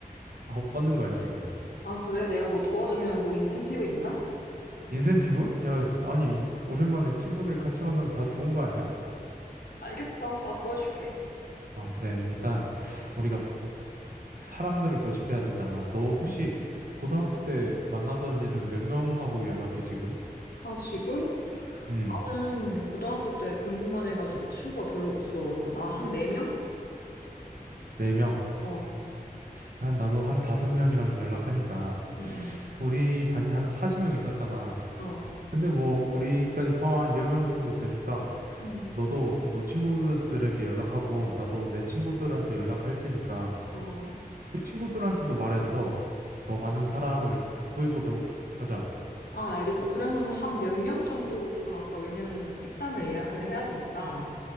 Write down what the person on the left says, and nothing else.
아, 그래? 내가 뭐 도와주면 뭐 인센티브 있나?
알겠어. 나 도와줄게.
음.
아, 지금?
나는 고등학교 때 공부만 해가지고 친구가 별로 없어. 나 한 네명
어,
응,
응 어,
응,
어.
아, 알겠어. 그러면 한 몇 명 정도로 구성할까? 왜냐면은 식당을 예약을 해야 되니까.